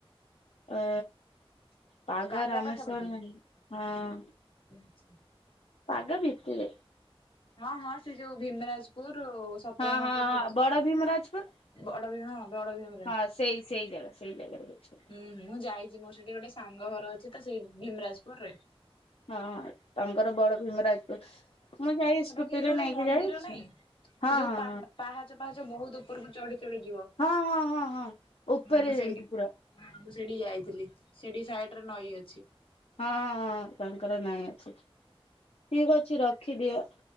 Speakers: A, on the left; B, on the left.
A: ଅ ପାଗା
B: ବାଗା
A: ରାମେଶ୍ଵର
B: ପାଖାପାଖି।
A: ଯାଇଁ, ହଁ
B: ଆଚ୍ଛା।
A: ପାଗା ଭିତରେ।
B: ହଁ ହଁ ସେ ଯୋଉ ଭୀମରାଜପୁର ସତ୍ୟଭାମାପୁର
A: ହଁ ହଁ ହଁ
B: ସେଗୁଡା
A: ବଡ଼ ଭୀମରାଜପୁର
B: ବଡ ଦିନ ଅଧଘଣ୍ଟା ଯେହେତୁ,
A: ହଁ ସେଇ ସେଇ ଜାଗା ସେଇ ଜାଗାରେ ରଉଛନ୍ତି।
B: ହୁଁ ମୁଁ ଯାଇଛି ମୋର ସେଠି ଗୋଟେ ସାଙ୍ଗ ଘର ଅଛି ତ ସେଇ ଭୀମରାଜପୁର ରେ।
A: ହଁ ହଁ ତାଙ୍କର ବଡ ଭୀମରାଜକୁଲ ମୁଁ ଯାଇ ସ୍କୁଟିରେ
B: ସେଇଠି ଗୋଟେ
A: ନେଇକି
B: ମନ୍ଦିର
A: ଯାଇଛି
B: ନାଇଁ
A: ହଁ
B: ସେ ଯୋଉ
A: ହଁ
B: ପା
A: ହଁ।
B: ପାହାଚ ପାହାଚ ବହୁତ ଉପରକୁ ଚଢି ଚଢି ଯିବ?
A: ହଁ ହଁ ହଁ ହଁ ଉପରେ
B: ମୁଁ
A: ଜାଇଙ୍କି
B: ସେଇଠି
A: ପୁରା।
B: ମୁଁ ସେଇଠି ଯାଇଥିଲି ସେଠି ସାଇଡ ରେ ନଈ ଅଛି।
A: ହଁ ତାଙ୍କର ନାଇଁ ଅଛି ଠିକ ଅଛି ରଖିଦିଅ।